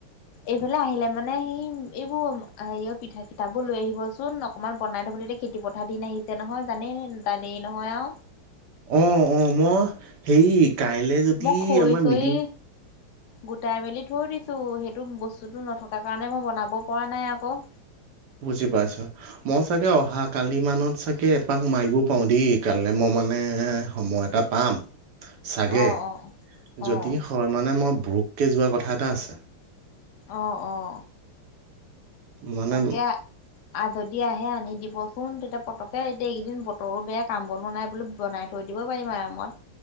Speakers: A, on the left; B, on the right.
A: এইফালে আহিলে মানে সি। এইবোৰ হেৰিও পিঠা চিঠাবোৰ লৈ আহিবচোন অকণমান বনাই থ'বলৈ এতিয়া খেতিপথাৰ দিন আহিছে নহয় জানেই জানেই নহয় আৰু।
B: অ অ মই হেৰি। কাইলৈ যদি
A: মই খৰি
B: আমাৰ
A: চৰি
B: মিটিং।
A: গোটাই মেলি থৈ দিছোঁ সেইটো বস্তুটো নথকাৰ কাৰণে মই বনাব পৰা নাই আকৌ?
B: বুজি পাইছো মই চাগে অহা কালি মানত চাগে এপাক মাৰিব পাৰো দেই। কাইলৈ মই মানে সময় এটা পাম। চাগে,
A: অ', অ', অ',
B: যদি হয় মানে মই বৰুককে যোৱা কথা এটা আছে।
A: অঁ অ
B: মানে
A: তাকে আ যদি আহে আনি দিব। বৰষুণ তেতিয়া পতককে আহি দিয়ে এইকেইদিন বতৰো বেয়া কাম বনোৱা নাই বো বনাই থৈ দিব পাৰিম আৰামত।